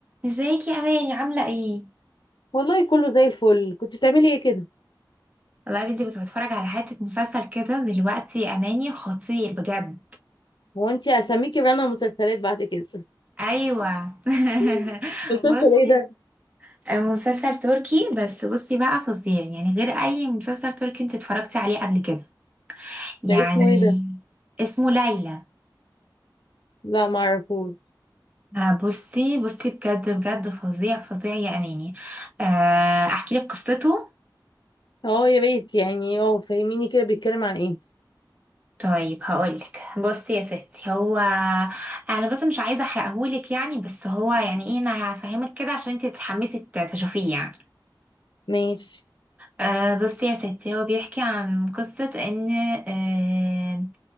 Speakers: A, on the right; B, on the left.
A: ازيك يا اماني عامله ايه
B: والله كله زي الفل كنت بتعملي ايه كده
A: والله يا بنتي كنت بتفرج على حته مسلسل كده دلوقتي يا اماني خطير بجد
B: هو انت اسميكي رنا مسلسلات بعد كده
A: ايوه <laughs>
B: <laughs> مسلسل
A: بصي
B: ايه ده
A: مسلسل تركي بس بصي بقى فظيع يعني غير اي مسلسل تركي انت اتفرجتي عليه قبل كده يعني
B: ده اسمه ايه ده
A: اسمه ليلى
B: لا ما اعرفوش
A: آه، بصي بصي بجد بجد فظيع فظيع يا اماني آه، احكي لك قصته
B: اه يا ريت يعني اه فهميني كده بيتكلم عن ايه
A: طيب هقولك بصي يا ستي هو انا بس مش عايزه احرقهولك يعني بس هو يعني ايه انا هفهمك كده عشان انت تتحمسي ت- تشوفيه يعني
B: ماشي
A: أه بصي يا ستي هو بيحكي عن قصه ان أه